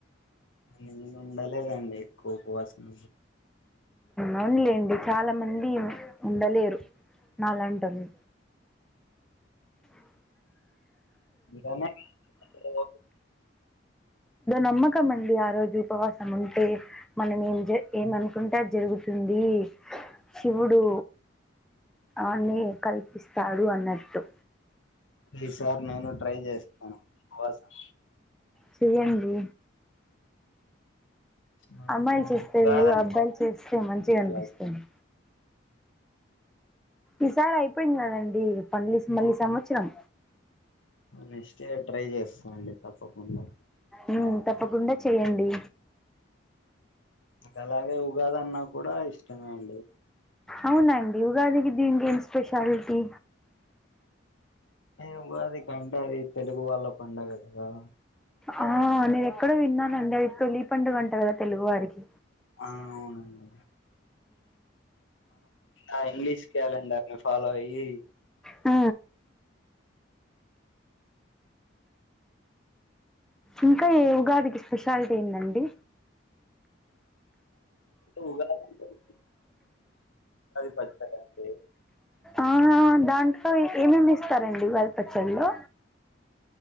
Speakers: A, on the left (about 90°); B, in the centre.
A: అ ఉండలేదండి ఎక్కువ కోపువాసన
B: అవునులేండి చాలా మంది ఉండలేరు నాలంటి వాళ్ళు <inaudible> <inaudible>
A: ఇలానే ఏదో ఒకటి
B: నమ్మకం మండి ఆ రోజు ఉపవాసము ఉంటే మనం ఏం జ ఏమనుకుంటే ఆది జరుగుతుంది శివుడు ఆన్ని కల్పిస్తాడు అన్నట్టు
A: ఈ సారి నేను ట్రై చేస్త ఉపవాసం
B: చేయండి
A: నాకు
B: అమ్మాయిలు చేస్తే
A: ఉగాది
B: వేరు అబ్బాయిలు చేస్తే మంచిగా అనిపిస్తుంది
A: అలా
B: ఈసారి అయిపోయింది కదండి ప మళ్ళీ సంవత్సరం
A: నెక్స్ట్ ఇయర్ ట్రై చేస్తానండి తప్పకుండా
B: మ్మ్ తప్పకుండా చేయండి
A: ఇక అలాగే ఉగాది అన్నా కూడా ఇష్టమే అండి
B: అవున అండి ఉగాదికి దీనికి ఏం స్పెషాలిటీ
A: అ అది కంటే అది తెలుగు వాళ్ళ పండుగ కదా
B: ఆ నేను ఎక్కడో విన్నానండి అవి తొలి పండుగంట తెలుగు వారికి
A: ఆ అవునండి ఆ ఇంగ్లీష్ క్యాలెండర్ ని ఫాలో అయ్యి
B: ఆ ఇంకా ఏ ఉగాదికి స్పెషాలిటీ ఏందండి
A: ఉగాది పచ్చడి అండి
B: ఆ దాంట్లో ఏమేమీ వేస్తారండి ఉగాది పచ్చడిలో